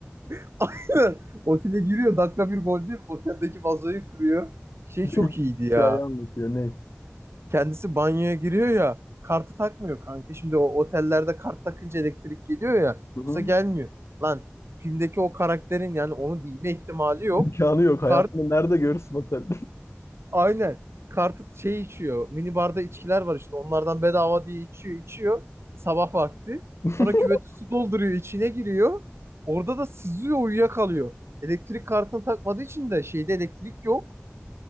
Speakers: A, on the right; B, on the left.
A: <laughs> Aynen. Otele giriyor dakika bir gol değil Oteldeki vazoyu kırıyor. Şey
B: <laughs>
A: çok
B: Bir de
A: iyiydi
B: hikaye
A: ya.
B: anlatıyor. Ne?
A: Kendisi banyoya giriyor ya. Kartı takmıyor kanka. Şimdi o otellerde kart takınca elektrik geliyor ya.
B: Hı
A: Yoksa
B: hı.
A: gelmiyor. Lan filmdeki o karakterin yani onu bilme ihtimali yok.
B: İmkanı yok.
A: kart
B: Hayatında nerede görürsün otel?
A: Aynen. Kartı şey içiyor. Mini barda içkiler var işte. Onlardan bedava diye içiyor, içiyor. Sabah vakti.
B: <laughs>
A: Sonra küveti su dolduruyor, içine giriyor. Orada da sızıyor, uyuyakalıyor. Elektrik kartını takmadığı için de şeyde elektrik yok.